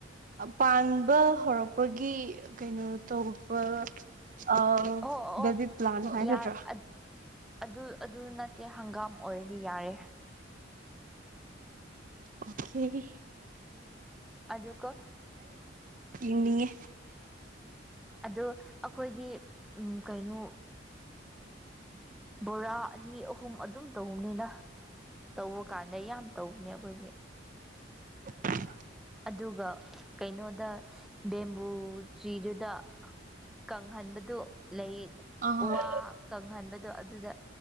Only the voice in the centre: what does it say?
ꯑꯣ ꯑꯣ
ꯌꯥꯔ ꯑꯗꯨ ꯑꯗꯨ ꯅꯠꯇꯦ ꯍꯪꯒꯥꯝ ꯑꯣꯏꯔꯗꯤ ꯌꯥꯔꯦ
ꯑꯗꯀ
ꯑꯗꯣ ꯑꯩꯈꯣꯏꯗꯤ ꯀꯩꯅꯣ ꯕꯣꯔꯥ ꯑꯅꯤ ꯑꯍꯨꯝ ꯑꯗꯨꯝ ꯇꯧꯅꯤꯅ ꯇꯧꯕ ꯀꯥꯟꯗ ꯌꯥꯝ ꯇꯧꯕꯅꯦ ꯑꯩꯈꯣꯏꯁꯦ
ꯑꯗꯨꯒ ꯀꯩꯅꯣꯗ ꯕꯦꯝꯕꯨ ꯇ꯭ꯔꯤꯗꯨꯗ ꯀꯪꯍꯟꯕꯗꯨ ꯂꯩ
ꯎ ꯋꯥ ꯀꯪꯍꯟꯕꯗꯣ ꯑꯗꯨꯗ